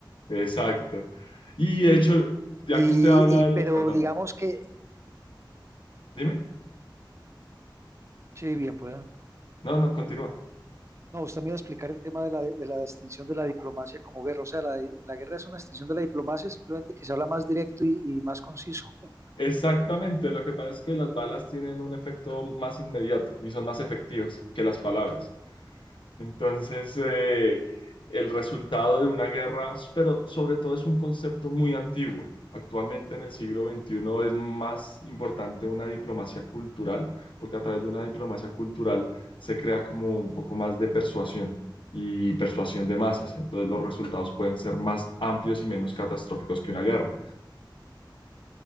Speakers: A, on the left; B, on the right.
A: exacta. Y de hecho, ya
B: Y,
A: que usted habla
B: y,
A: de
B: pero
A: los... Perdón,
B: digamos que
A: dime.
B: Sí, bien pueda.
A: No, no, continúa.
B: No, usted me iba a explicar el tema de la, de la extinción de la diplomacia como guerra. O sea, la, la guerra es una extinción de la diplomacia, simplemente que se habla más directo y, y más conciso. <laughs>
A: Exactamente, lo que pasa es que las balas tienen un efecto más inmediato y son más efectivas que las palabras. Entonces, eh, el resultado de una guerra, pero sobre todo es un concepto muy antiguo. Actualmente en el siglo veintiuno es más importante una diplomacia cultural, porque a través de una diplomacia cultural se crea como un poco más de persuasión y persuasión de masas. Entonces los resultados pueden ser más amplios y menos catastróficos que una guerra.